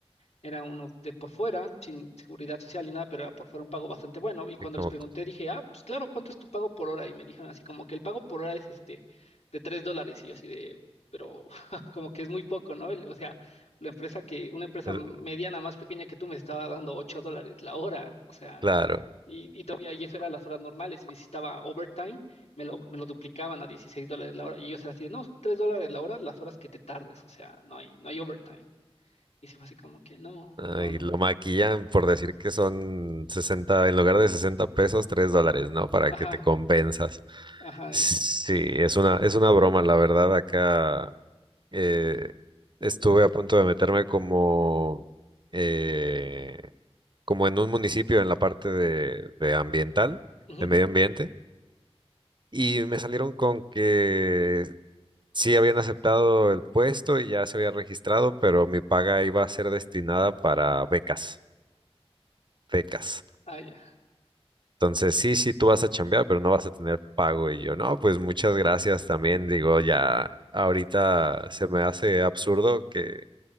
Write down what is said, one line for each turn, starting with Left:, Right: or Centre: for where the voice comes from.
Left: era uno de por fuera, sin seguridad social ni nada, pero era por fuera un pago bastante bueno. Y cuando
Right: sí, como-
Left: les pregunté, dije, ah, pues claro, ¿cuánto es tu pago por hora? Y me dijeron así como que el pago por hora es este de tres dólares. Y yo así de, pero <laughs> como que es muy poco, ¿no? El- o sea, la empresa que, una empresa
Right: eh,
Left: mediana más pequeña que tú me estaba dando ocho dólares la hora. O sea,
Right: claro.
Left: y, y todavía y eso era las horas normales. Y necesitaba overtime, me lo, me lo duplicaban a 16 dólares la hora. Y ellos eran así de, no, tres dólares la hora, las horas que te tardes. O sea, no hay, no hay overtime. Y se fue así como que, no,
Right: Ay,
Left: no, no,
Right: lo
Left: no.
Right: maquillan por decir que son 60 en lugar de 60 pesos, 3 dólares, ¿no? Para
Left: Ajá,
Right: que te convenzas.
Left: ajá,
Right: Sí,
Left: es...
Right: es una, es una broma, la verdad. Acá eh, estuve a punto de meterme como, eh, como en un municipio en la parte de, de ambiental,
Left: ujú,
Right: de medio ambiente, y me salieron con que sí habían aceptado el puesto y ya se había registrado, pero mi paga iba a ser destinada para becas pecas.
Left: ah, ya.
Right: Entonces, sí, sí, tú vas a chambear, pero no vas a tener pago. Y yo, no, pues muchas gracias también. Digo, ya ahorita se me hace absurdo que,